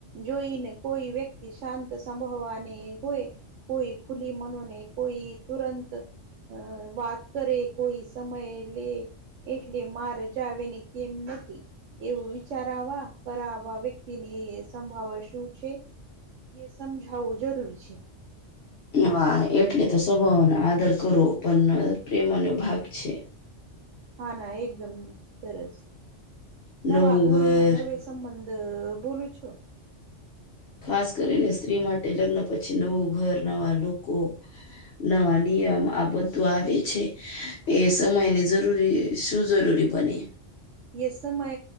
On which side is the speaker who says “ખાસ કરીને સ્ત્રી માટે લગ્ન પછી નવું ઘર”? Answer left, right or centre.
Left